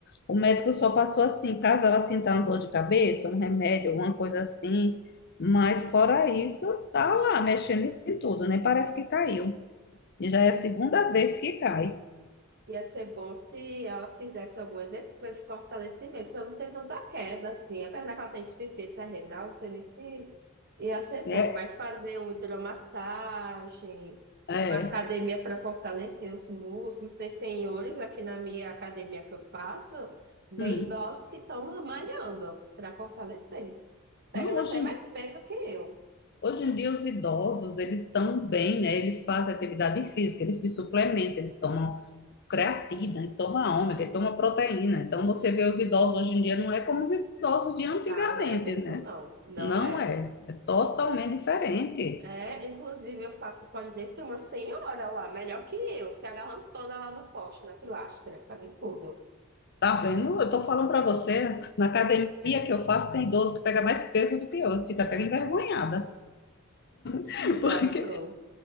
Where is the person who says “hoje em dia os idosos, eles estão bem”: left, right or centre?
Left